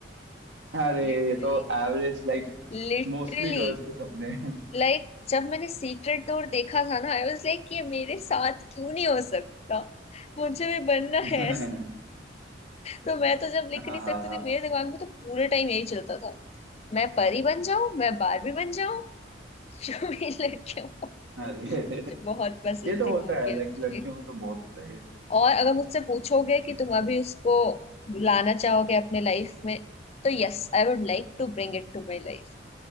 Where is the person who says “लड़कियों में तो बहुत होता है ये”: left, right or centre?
Right